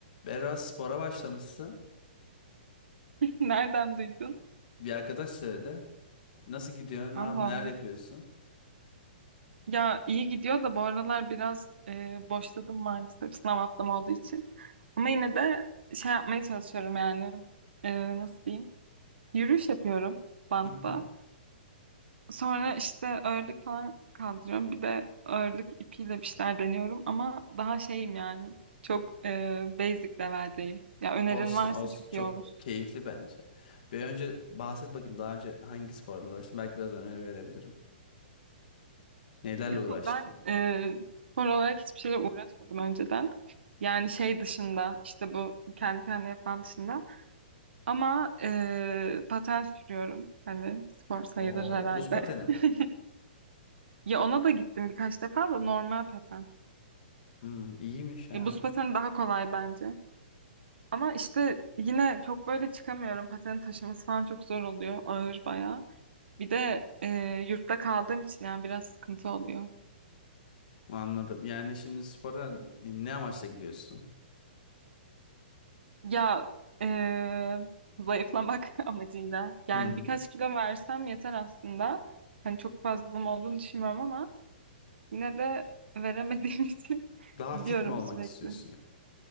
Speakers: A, on the left (about 50°); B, on the right (about 80°).
A: Biraz spora başlamışsın.
B: <laughs> Nereden duydun?
A: Bir arkadaş söyledi. Nasıl gidiyor? Ne
B: Allah
A: yap, neler
B: Allah.
A: yapıyorsun?
B: Ya iyi gidiyor da bu aralar biraz e, boşladım maalesef sınav haftam olduğu için. Ama yine de şey yapmaya çalışıyorum yani. E, nasıl diyeyim? Yürüyüş yapıyorum bantta.
A: Hı hı.
B: Sonra işte ağırlık falan kaldırıyorum. Bir de ağırlık ipiyle bir şeyler deniyorum. Ama daha şeyim yani. Çok e, basic level'deyim. Ya önerin
A: Olsun
B: varsa
A: olsun.
B: çok
A: Çok
B: iyi olur.
A: keyifli bence. Bir önce bahset bakayım daha önce hangi sporla uğraştın? Belki biraz öneri verebilirim. Nelerle uğraştın?
B: Ben e, spor olarak hiçbir şeyle uğraşmadım önceden. Yani şey dışında işte bu kendi kendine yapan dışında. Ama e, paten sürüyorum. Hani spor sayılır
A: O
B: herhalde.
A: buz pateni
B: <laughs>
A: mi?
B: Ya ona da gittim birkaç defa da normal paten.
A: Hmm, iyiymiş ha.
B: Ya buz pateni daha kolay bence. Ama işte yine çok böyle çıkamıyorum. Patenin taşıması falan çok zor oluyor. Ağır bayağı. Bir de e, yurtta kaldığım için yani biraz sıkıntı oluyor.
A: Anladım. Yani şimdi spora ne amaçla gidiyorsun?
B: Ya eee, zayıflamak <laughs> amacıyla. Yani
A: Hı hı.
B: birkaç kilo versem yeter aslında. Hani çok fazlalığım olduğunu düşünmüyorum ama yine de veremediğim <laughs> için
A: Daha
B: gidiyorum
A: fit mi olmak
B: sürekli.
A: istiyorsun? ya?